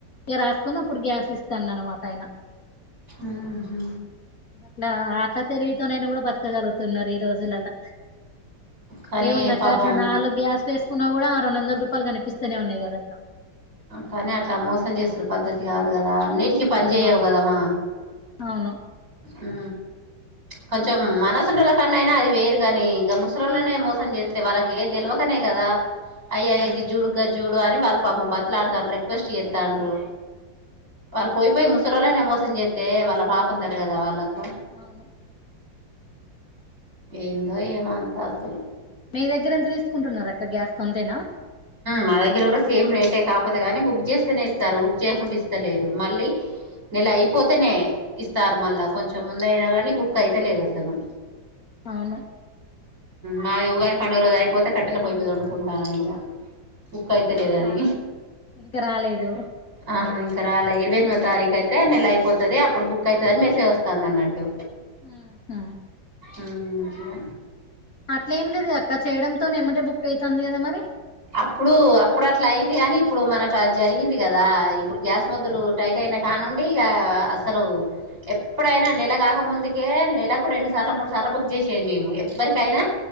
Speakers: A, on the left; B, on the right.
A: రాసుకొని అప్పుడు గ్యాస్ ఇస్త అనమాట ఆయన
B: ఉహు
A: అట్లా తెలివితోనైనా కూడా బతకగలుగుతున్నారు, ఈ రోజులలా
B: కానీ
A: ఏముంద అక్క
B: పాపం
A: అట్లా నాలుగు గ్యాస్లు వేసుకున్నా కూడా రెండు వందల రూపాయలు కనిపిస్తూనే ఉన్నాయి, కదా అక్క
B: కానీ అట్లా మోసం చేసారు, పద్ధతి కాదు కదా అన్నిటికి
A: పెద్దది
B: పనించేయవు
A: కాదు
B: కదవా
A: అసలు. అవును
B: ఉ కొంచెం మనసుండల కన్నా అయినా అది వేరుగాని ఇం ముసలోలని మోసం చేస్తే వాళ్ళకి ఏం తెలవకనే కా కదా అయ్యయ్య
A: అవును
B: గ జూడు గ జూడు అని వాళ్ళ పాపం బత ట్లాడతా రెక్వెస్ట్ చేతాండ్రు వాళ్ళు పోయిపోయి ముసల వాళ్ళనే మోసం చేస్తతే వాళ్ళ పాపం తలాగాదా వాళ్ళలకు
A: అవును
B: ఏందో ఏమంత అసలు
A: మీ దగ్గర ఎంత తీసుకుంటున్నారు, అక్క గ్యాస్ అంతేనా
B: మా దగ్గర కూడా సేమ్ రేటే కాకపోతే కానీ బుక్ చేస్తేనే ఇస్తారు, బుక్ చేయకుండా ఇస్తలేరు మళ్ళీ నెలా అయిప్ పోతేనే ఇస్తారు, మళ్ళా కొంచెం ముంద అయినా కానీ బుక్ అయితలేదు అసలు
A: అవును
B: మాది ఉగాది పండుగ రోజు అయిపోతే కట్టెలో పోయిపోయింది. వండుకుంటానము, ఇక బుక్ అయితే లేదని
A: రాలేదు ఇంకా రాలేదు
B: ఆహా ఇక్కడ అలా ఇరవై ఎనిమిదో తారీఖ అయితే నెల అయిపోతది, అప్పుడు బుక్ అయితది అని మెసేజ్ వస్తుంది, అన్నట్టు
A: ఉ హు
B: ఉ అట్లా
A: అట్లే ఏం లేదు అక్క చేయడంతోనే ఏమటే బుక్ అవుతుంది, కదా మరి
B: అప్పుడు అప్పుడు అట్లా అయింది, కానీ ఇప్పుడు మనకు జరిగింది కదా ఇప్పుడు గ్యాస్ మొద్దు లు టైట్ అయి కానుండి ఇక అసలు ఎప్పుడైనా నెల కాక ముందుకే నెలకు రెండు సార్లు ముడి సర బుక్ చేసేది మేము ఎవరికైనా
A: ఆ